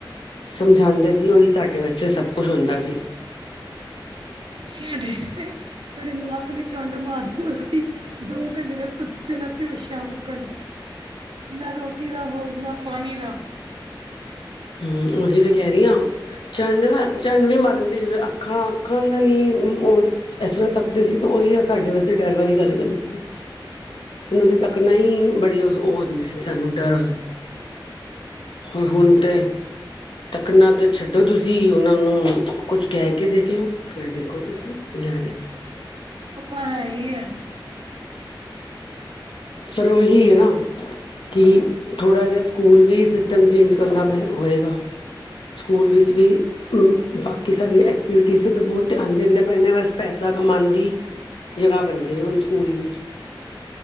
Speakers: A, on the left (about 75°); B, on the right (about 80°).
A: ਸਮਝਾਂਦੇ ਸੀ ਉਹੀ ਸਾਡੇ ਵਾਸਤੇ ਸਭ ਕੁਛ ਹੁੰਦਾ ਸੀ।
B: ਸਾਡੇ ਤੇ ਸਾਡੇ ਮਾਂ ਪਿਓ ਨੇ ਚੰਡ ਮਾਰਤੀ ਸੀ। <inaudible> ਦੋ ਘੰਟੇ ਤੱਕ ਸੁੱਤੇ ਰਹਿਣਾ ਬੇਹੋਸਿਆ ਮੁਕਣ ਨਾ ਰੋਟੀ ਦਾ ਹੋਸ਼ ਨਾ ਪਾਣੀ ਦਾ
A: ਹਾਂ ਉਹੀ ਤੇ ਕਹਿ ਰਹੀ ਹਾਂ। ਝੰਡ- ਝੰਡ ਵੀ ਮਾਰਨ ਦੀ ਜਰੂ ਅੱਖਾਂ -ਅੱਖਾਂ ਨਾਲ ਉਹ ਇਸ ਤਰ੍ਹਾਂ ਤੱਕਦੇ ਸੀ ਤੇ ਉਹੀ ਆ ਸਾਡੇ ਵਾਸਤੇ ਡਰ ਵਾਲੀ ਗੱਲ ਹੋ ਜਾਂਦੀ ਸੀ। ਉਹਨਾਂ ਦੀ ਤਕ ਨਾ ਹੀ ਬੜੀ ਉਹ ਹੁੰਦੀ ਸੀ ਸਾਨੂੰ ਡਰ ਹੋਰ ਹਣ ਤੇ ਤੱਕਣਾ ਤਾਂ ਛੱਡੋ ਤੁਸੀਂ ਉਹਨਾਂ ਨੂੰ ਕੁਛ ਕਹਿ ਕੇ ਦੇਖਲੋ ਫਿਰ ਦੇਖੋ ਤੁਸੀਂ ਗੁਜ਼ਾਰੇ
B: ਅਪਾ ਹੈ ਹੀ ਹੈ।
A: ਪਰ ਉਹੀ ਹੈ ਨਾ ਕੀ ਥੋੜਾ ਜਿਹਾ ਸਕੂਲ ਵੀ ਸਿਸਟਮ ਚੇਂਜ ਕਰਨਾ ਪਏ ਹੋਏਗਾ। ਸਕੂਲ ਵਿੱਚ ਵੀ ਬਾਕੀ ਸਾਰੀਆਂ ਐਕਟੀਵਿਟੀਜ਼ ਤਾਂ ਬਹੁਤ ਧਿਆਨ ਦਿੰਦੇ ਪੈਂਦੇ ਬਸ ਪੈਸਾ ਕਮਾਂਦੀ। ਜਗ੍ਹਾ ਬਣ ਗਏ ਹੁਣ ਸਕੂਲ ਵੀ